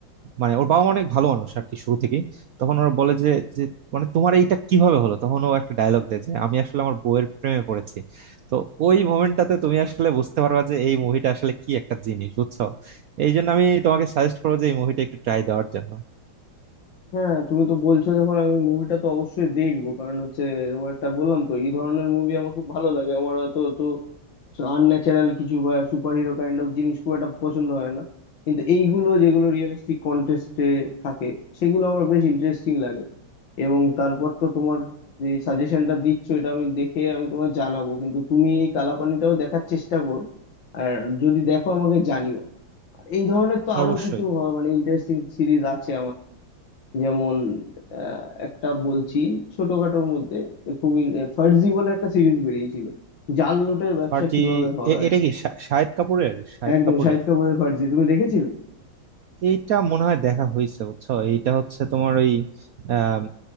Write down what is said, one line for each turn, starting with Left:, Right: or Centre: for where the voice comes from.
Right: মানে ওর বাবা মা অনেক ভালো মানুষ আর কি শুরু থেকেই তখন ওরা বলে যে যে মানে তোমার এইটা কিভাবে হলো তখন ও একটা ডায়লগ দেয় যে আমি আসলে আমার বউয়ের প্রেমে পড়েছি তো ওই মোমেন্টটাতে তুমি আসলে বুঝতে পারবা যে এই মুভিটা আসলে কি একটা জিনিস বুঝছো এই জন্য আমি তোমাকে সাজেস্ট করবো যে এই মুভিটা একটু ট্রাই দেওয়ার জন্য
Left: হ্যাঁ তুমি তো বলছো যখন আমি মুভিটা তো অবশ্যই দেখবো কারণ হচ্ছে এরকম একটা বললাম তো এই ধরনের মুভি আমার খুব ভালো লাগে আমার হয়তো তো আনন্যাচারাল কিছু বা সুপার হিরো কাইন্ড অফ জিনিস খুব একটা পছন্দ হয় না কিন্তু এইগুলো যেগুলো রিয়েলিস্টিক কন্টেস্টে থাকে সেগুলো আমার বেশ ইন্টারেস্টিং লাগে এবং তারপর তো তোমার যে সাজেশনটা দিচ্ছ এটা আমি দেখে আমি তোমায় জানাবো কিন্তু তুমি এই কালাপানিটাও দেখার চেষ্টা করো আর যদি দেখো আমাকে জানিও আর এই ধরনের তো আরো
Right: অবশ্যই
Left: কিছু হয় মানে ইন্টারেস্টিং সিরিজ আছে যেমন আহ, একটা বলছি ছোটখাটোর মধ্যে খুবই ফার্জি বলে একটা সিরিজ বেরিয়েছিল জাল নোটের ব্যবসা
Right: ফার্জি
Left: কিভাবে হয়
Right: এ- এটা কি শা- শাহিদ কাপুরের শাহিদ
Left: একদম
Right: কাপুরের
Left: শাহিদ কাপুরের ফার্জি তুমি দেখেছিলে
Right: এইটা মনে হয় দেখা হয়েছে বুঝছো এইটা হচ্ছে তোমার ওই আম,